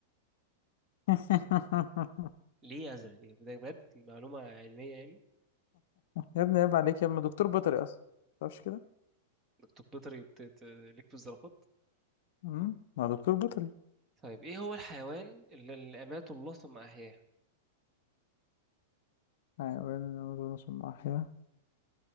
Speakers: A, on the left; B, on the right.
A: <laughs>
B: ليه ازرق ليه ده بجد دي معلومه علميه يعني
A: يا ابني عيب عليك يا ابني دكتور بيطري اصلا متعرفش كده
B: دكتور بيطري وبت- ت- ليك في الزرافات
A: امم ما دكتور بيطري
B: طيب ايه هو الحيوان اللي اللي اماته الله ثم احياه
A: حيوان النمور ثم احيا